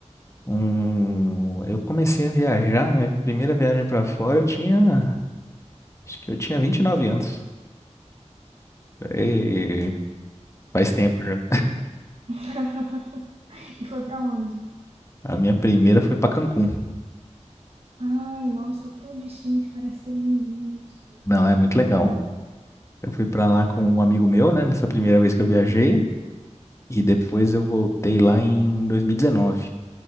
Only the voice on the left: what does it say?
Um, eu comecei a viajar, minha primeira viagem pra fora, eu tinha, acho que eu tinha 29 anos. E faz tempo já.
A minha primeira foi pra Cancún.
Não, lá é muito legal. Eu fui pra lá com um amigo meu, né, nessa primeira vez que eu viajei, e depois eu voltei lá em 2019.